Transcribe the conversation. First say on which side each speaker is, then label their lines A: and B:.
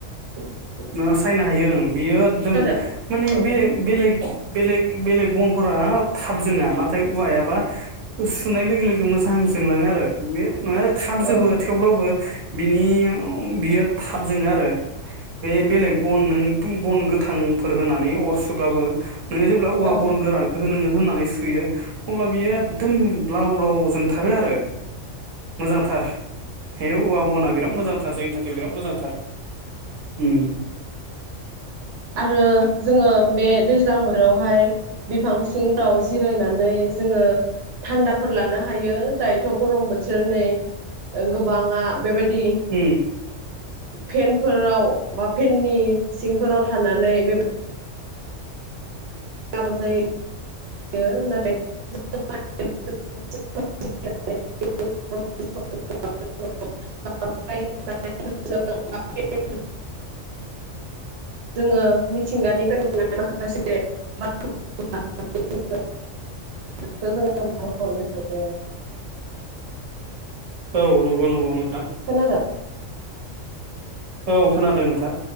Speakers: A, on the right; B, on the right.
A: ओ सायनो हायो उम। बेयो एकदोम
B: खोनादों
A: माने
B: औ
A: बेले-बेलेग। बेलेग बेलेग बनफोरा थाब जोङा नाथाय औवायाबा सुनाय लोगो लोगो मोजां जोंलाङो आरो। थाब जोबो
B: औ
A: थेवब्लाबो बिनि बियो थाब जोङो आरो। बे बेलेग बन नों बन गोथांफोर होनानै अर सुब्लाबो नोङो जेब्ला औवा
B: औ
A: बन गोरानखौ नोङो होननानै सुयो अब्ला बियो एकदम ब्लाव ब्लाव जोंथारो आरो। मोजांथार औवा बना बिराद मोजांथार जोंनि थाखाय बिराद मोजांथार। उम
B: आरो जोङो बे दैज्लां बोथोरावहाय बिफां सिंफ्राव जिरायनानै जोङो थान्दाफोर लानो हायो जाय थ' गरम बोथोर नै गोबाङा बेबायदि
A: उम
B: पेनफोराव बा फेननि सिंफोराव थानानै बे <inaudible> बियो नाथाय <inaudible> <inaudible>
A: औ नंगौ नंगौ नंगौ।
B: खोनादों
A: औ खोनादों नोंथां